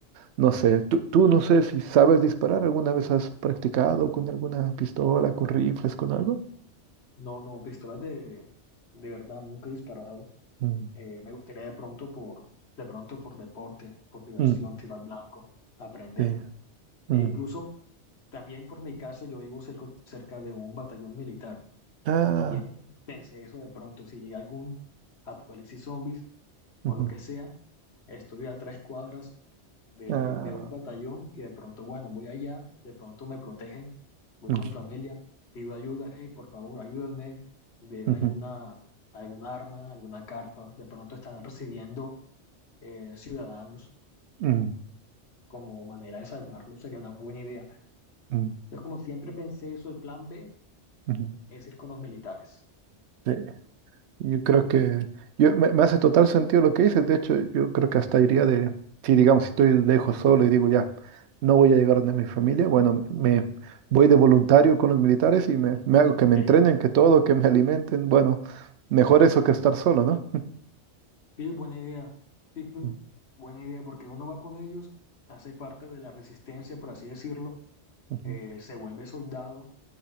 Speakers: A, on the right (about 75°); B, on the left (about 70°).
A: No sé, tú, tú no sé si sabes disparar, ¿alguna vez has practicado con alguna pistola, con rifles, con algo?
B: No, no, pistolas de, de verdad, nunca he disparado.
A: Mm,
B: Eh, me gustaría de pronto por, de pronto por deporte, por diversión,
A: mm,
B: tiro al blanco, aprender.
A: sí, mm.
B: E incluso también por mi caso, yo vivo cerca, cerca de un batallón militar.
A: Ah,
B: Entonces también pensé eso de pronto, si llega algún apocalipsis zombies
A: ujú,
B: o lo que sea, estoy a tres cuadras de,
A: ah,
B: de un batallón y de pronto, bueno, voy allá, de pronto me protegen, voy
A: mm,
B: con mi familia, pido ayuda, hey, por favor, ayúdenme, denme
A: ujú,
B: alguna, alguna arma, alguna carta, de pronto están recibiendo eh, ciudadanos
A: mm,
B: como manera de salvarlos, sería una buena idea.
A: mm,
B: Entonces, como siempre pensé eso, el plan B
A: ujú,
B: es ir con los militares.
A: sí. Yo
B: Entonces,
A: creo que yo, me, me hace total sentido lo que dices. De hecho, yo creo que hasta iría de, si digamos, si estoy dejo solo y digo ya, no voy a llegar donde mi familia, bueno, me voy de voluntario con los militares y me, me hago que me
B: sí,
A: entrenen,
B: sí,
A: que todo, que me alimenten. Bueno, mejor eso que estar solo, ¿no?
B: sí, buena idea. Sí, sí,
A: Ujú,
B: buena idea, porque uno va con ellos, hace parte de la resistencia, por así decirlo,
A: ujú,
B: eh, se vuelve soldado,